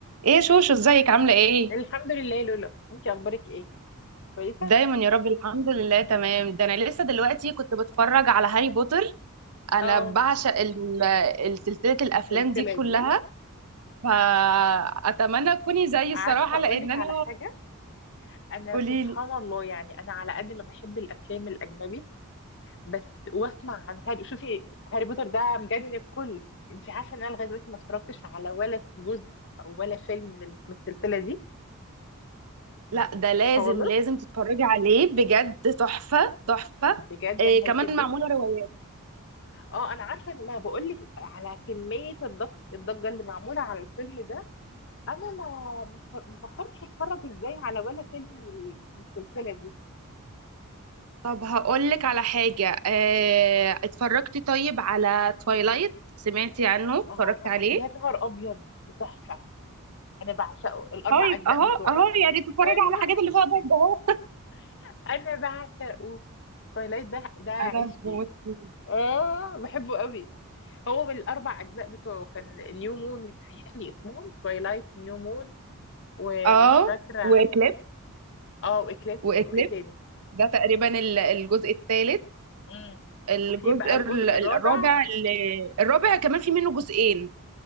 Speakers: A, on the right; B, on the left.
A: ايه شوشو ازيك عاملة ايه؟
B: الحمد لله لولا انتي اخبارك ايه كويسه
A: دايما يا رب الحمد لله تمام ده انا لسه دلوقتي كنت بتفرج على هاري بوتر انا
B: اه
A: بعشق ال- ال- سلسلة الافلام
B: السلسله
A: دي كلها
B: دي
A: فاتمنى تكوني زيي
B: عارفه
A: الصراحة
B: اقول
A: لان
B: لك
A: انا
B: على حاجه انا
A: قوليلي
B: سبحان الله يعني انا على قد ما بحب الافلام الاجنبي بس واسمع عن هاري شوفي هاري بوتر ده مجنن الكل انتي عارفه ان انا لغايه دلوقتي ما اتفرجتش على ولا جزء او ولا فيلم من ال- من السلسله دي
A: لا ده لازم
B: خالص
A: لازم تتفرجي عليه بجد تحفة تحفة
B: بجد
A: إيه
B: يعني
A: كمان
B: هيشدني
A: معمولة روايات
B: اه انا عارفه ان ما بقول لك على كميه الضج- الضجه اللي معموله على الفيلم ده انا ما ما ف- ما فكرتش اتفرج ازاي على ولا فيلم من السلسله دي
A: طب هقولك على حاجة إيه اتفرجتي طيب على تويلايت سمعتي عنه اتفرجتي
B: اه طب
A: عليه
B: يا نهار ابيض بتحفه انا بعشقه الاربع
A: طيب
B: اجزاء
A: اهو
B: بتوعه
A: اهو يا ريت اتفرج
B: ايوه
A: على الحاجات اللي فيها ضجه اهو
B: <laughs> انا بعشقه تويلايت ده ده عشقي
A: انا بموت فيه.
B: اه بحبه قوي هو بالاربع اجزاء بتوعه كان نيو مون متهيألي اسمهم تويلايت نيو مون ومش
A: اه
B: فاكره
A: واكليب
B: اه واكليبس
A: واكليب
B: وايه تاني
A: ده تقريبا ال- الجزء الثالث
B: مم.
A: الجزء
B: وفي بقى الجزء
A: ال-
B: الرابع
A: الرابع ال- الرابع كمان في منه جزئين